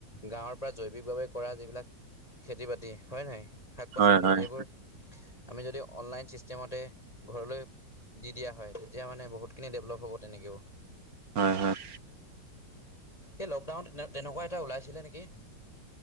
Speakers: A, on the left; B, on the right.
A: গাঁৱৰ পৰা জৈৱিকভাৱে কৰা যিবিলাক খেতি বাতি হয় নাই শাক
B: হয়
A: পাচলি
B: হয়
A: এইবোৰ আমি যদি অনলাইন ছিষ্টেমতে ঘৰলৈ দি দিয়া হয় তেতিয়া মানে বহুতখিনি ডেভেলপ হ'ব তেনেকেও
B: হয় হয়
A: এ লকডাউন তেনেকুৱা এটা ওলাইছিলে নেকি